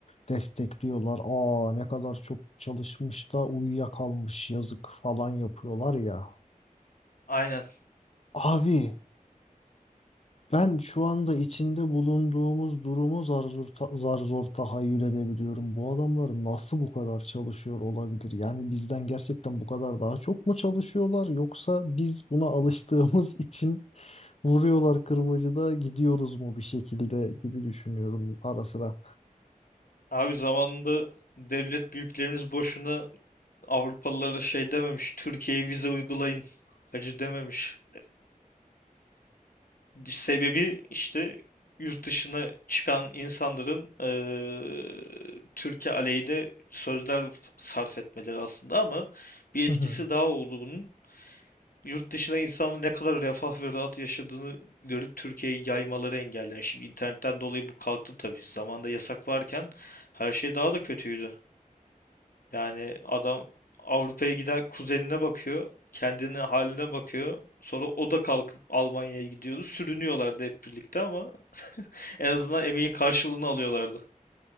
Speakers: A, on the left; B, on the left.
A: destekliyorlar. Aa ne kadar çok çalışmış da uyuyakalmış yazık falan yapıyorlar ya.
B: Aynen.
A: Abi Ben şu anda içinde bulunduğumuz durumu zar zor, ta- zar zor tahayyül edebiliyorum. Bu adamlar nasıl bu kadar çalışıyor olabilir? Yani bizden gerçekten bu kadar daha çok mu çalışıyorlar? Yoksa biz buna alıştığımız <laughs> için vuruyorlar kırbacı gidiyoruz mu bir şekilde gibi düşünüyorum ara sıra.
B: Abi zamanında devlet büyüklerimiz boşuna Avrupalılara şey dememiş. Türkiye'ye vize uygulayın. Hacı dememiş. <laughs> Sebebi işte yurt dışına çıkan insanların eee, Türkiye aleyhine sözler sarf etmeleri aslında ama bir etkisi
A: Hı hı.
B: daha oldu bunun. Yurt dışına insanın ne kadar refah ve rahat yaşadığını görüp Türkiye'yi yaymaları engelleyen. Şimdi internetten dolayı bu kalktı tabii. Zamanında yasak varken her şey daha da kötüydü. Yani adam Avrupa'ya giden kuzenine bakıyor. Kendine haline bakıyor. Sonra o da kalkıp Almanya'ya gidiyordu. Sürünüyorlardı hep birlikte ama <laughs> en azından emeğin karşılığını alıyorlardı.